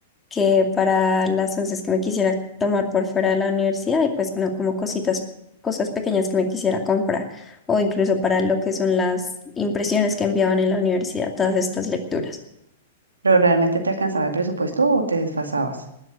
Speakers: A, on the left; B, on the right.
A: que para las onces que me quisiera tomar por fuera de la universidad y pues no como cositas, cosas pequeñas que me quisiera comprar o incluso para lo que son las impresiones que enviaban en la universidad, todas estas lecturas.
B: ¿Pero realmente te alcanzaba el presupuesto o te desfasabas?